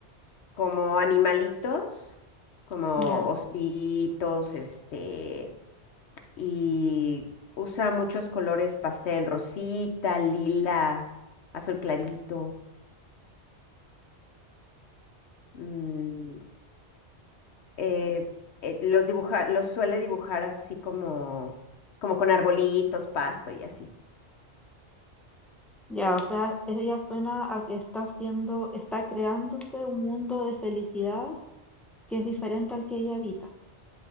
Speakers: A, on the left; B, in the centre.
A: como animalitos, como
B: Ya,
A: ositos, este, y usa muchos colores pastel, rosita, lila, azul clarito. mm, eh, eh, los dibuja, los suele dibujar así como, como con arbolitos, pasto y así.
B: ya, o sea, ella suena a que está haciendo, está creándose un mundo de felicidad que es diferente al que ella habita.